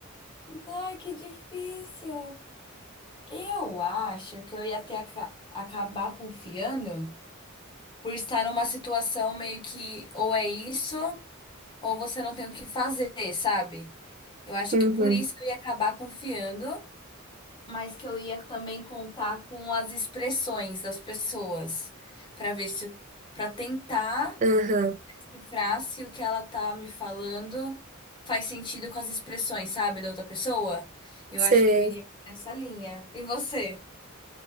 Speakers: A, on the left; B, on the right.
A: Ai, que difícil. Eu acho que eu ia até aca- acabar confiando por estar numa situação meio que ou é isso ou você não tem o que fazer, sabe? Eu acho
B: Uhum.
A: que por isso eu ia acabar confiando mas que eu ia também contar com as expressões das pessoas, para ver se, para tentar
B: Aham.
A: cifrar se o que ela tá me falando faz sentido com as expressões, sabe, da outra pessoa. Eu
B: Sei.
A: acho que eu iria nessa linha. E você?